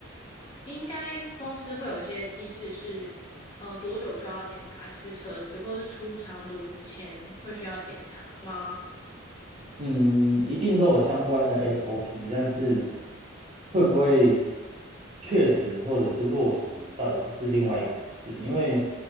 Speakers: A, on the left (about 20°); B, on the right (about 30°).
A: 应该公司会有一些机制是，呃，多久就要检查一次车子，或是出长途前会需要检查吗？
B: 嗯，一定都有相关的 SOP，但是会不会确实或者是落实，到底是另外一回事。因为